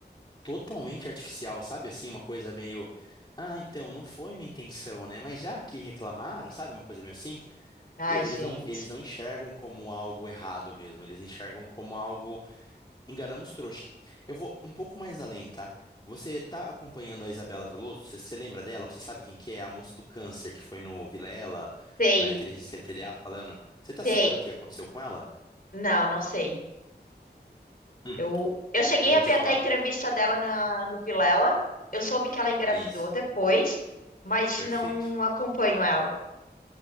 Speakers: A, on the left; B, on the left.
A: totalmente artificial, sabe? Assim, uma coisa meio, ah, então, não foi minha intenção, né? Mas já que reclamaram, sabe? Uma coisa meio assim,
B: Ai,
A: e- eles
B: gente.
A: não, eles não enxergam como algo errado mesmo, eles enxergam como algo Enganamos trouxa. Eu vou um pouco mais além, tá? Você tá acompanhando a Isabela Veloso? Você, você lembra dela? Você sabe quem que é? A moça do câncer que foi no Vilela,
B: Sei,
A: na Inteligência L T D a falando. Você tá
B: sei.
A: sabendo o que aconteceu com ela?
B: Não, não sei.
A: Hum,
B: Eu, eu cheguei
A: eu vou
B: a ver
A: te falar.
B: até a entrevista dela na, no Vilela. Eu soube que ela engravidou
A: Isso,
B: depois, mas
A: perfeito.
B: não acompanho ela.